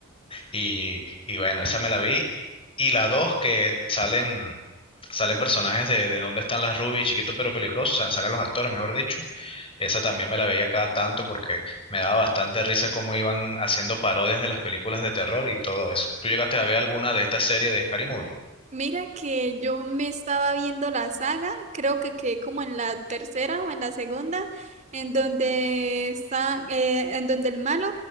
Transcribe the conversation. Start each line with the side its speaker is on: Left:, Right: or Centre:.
Left: Y, y bueno, esa me la vi. Y la dos que salen, salen personajes de, de Dónde están las rubias y Chiquito pero peligroso. o sea, salen los actores, mejor dicho. Esa también me la veía cada tanto porque me daba bastante risa cómo iban haciendo parodias de las películas de terror y todo eso. ¿Tú llegaste a ver alguna de estas series de Scary Movie?
Right: Mira que yo me estaba viendo la saga, creo que quedé como en la tercera o en la segunda, en donde está, eh, en donde el malo